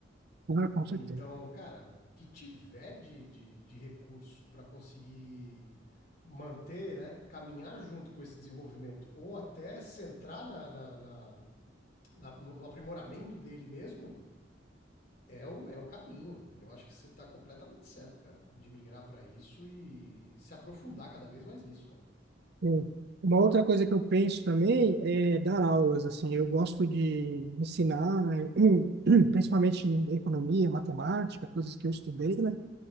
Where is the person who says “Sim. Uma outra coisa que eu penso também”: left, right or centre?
Right